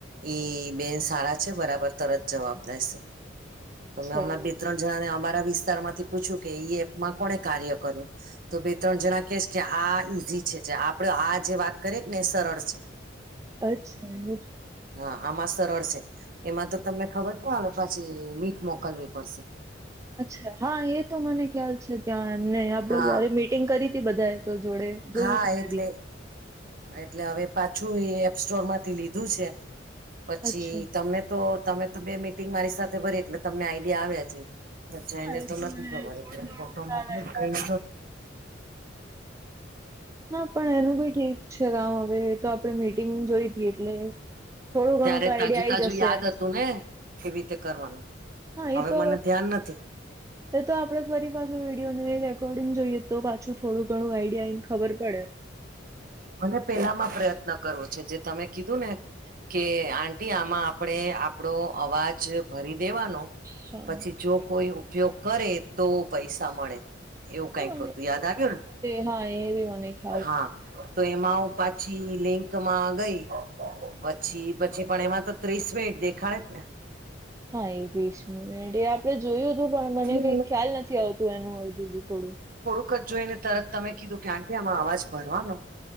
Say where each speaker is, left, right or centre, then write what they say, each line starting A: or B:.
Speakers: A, on the right; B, on the right.
A: ઈ બેન સારા છે બરાબર તરત જવાબદશે
B: અચ્છા
A: તો મેં હમણાં
B: એવું
A: બે ત્રણ જણા ને અમારા વિસ્તાર માંથી પૂછ્યું કે ઈ એપમાં કોને કાર્ય કર્યું તો બે ત્રણ જણા કહેશ કે આ ઈઝી છે જે આપડે આ જે વાત કરીએ ને સરળ છે <inaudible>
B: અચ્છા એવું છે
A: હા આમાં સરળ છે એમાં તો તમને ખબર ના આવે પછી <unintelligible> મોકલવી પડશે
B: અચ્છા હા એ તો મને ખ્યાલ છે ત્યાં એમને આપડે
A: હા
B: જયારે મીટિંગ કરી હતી બધાએ તો જોડે જોયું
A: હા
B: તું
A: એટલે
B: મેં બી
A: એટલે હવે પાછું એ એપ સ્ટોર માંથી લીધું છે પછી
B: અચ્છા
A: તમને તો તમે તો બે મીટિંગ મારી સાથે ભરી એટલે તમને આઈડિયા આવ્યા છે અચ્છા
B: હા
A: એને
B: એ
A: તો નથી
B: મને
A: ખબર
B: થોડું
A: એટલે
B: ઘણું
A: ફોટો
B: ખ્યાલ
A: મોકલો
B: આવ્યું
A: સ્ક્રીનસોટ
B: ના પણ એનું બી ઠીક છે ગામ હવે તો આપડે મીટિંગ જોઈ હતી એટલે થોડું ઘણું
A: ત્યારે
B: તો આઈડિયા
A: તાજું
B: આઈ
A: તાજું
B: જશે
A: યાદ હતું ને કેવી રીતે કરવાનું
B: હા
A: હવે
B: એ તો
A: મને ધ્યાન નથી
B: એ તો આપડે ફરી પાછું વિડીિયો ને રેકોર્ડિંગ જોઈએ તો પાછું થોડું ઘણું આઈડિયા ને ખબર પડે
A: મને પેલામાં પ્રયત્ન કરવો છે જે તમે કીધું ને કે આંટી આમાં આપણે આપડો અવાજ ભરી દેવાનો
B: હા
A: પછી જો કોઈ ઉપયોગ કરે તો પૈસા મળે એવું
B: હા
A: કઈક હતું યાદ આવ્યું ને
B: હા એવી મને કે
A: હા તો એમાં હું પાછી લિંક <unintelligible> માં ગઈ પછી પછી પણ એમાં તો ત્રીસ મિનિટ દેખાડે જ ને
B: હા એ <unintelligible> આપડે જોયું પણ મને
A: જ ને
B: કઈ ખ્યાલ નથી આવતું એનું હજુ બી થોડું
A: <unintelligible> જ જોઈને તરત તમે કીધું કે આ કે આમાં અવાજ ભરવાનો